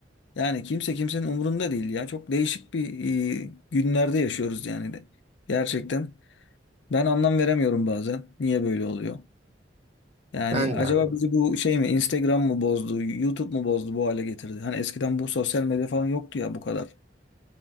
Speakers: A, on the left; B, on the right.
A: Yani kimse kimsenin umurunda değil ya. Çok değişik bir e, günlerde yaşıyoruz yani de. Gerçekten. Ben anlam veremiyorum bazen. Niye böyle oluyor? Yani
B: Ben
A: acaba
B: de abi.
A: bizi bu şey mi Instagram mı bozdu, YouTube mu bozdu bu hale getirdi? Hani eskiden bu sosyal medya falan yoktu ya bu kadar.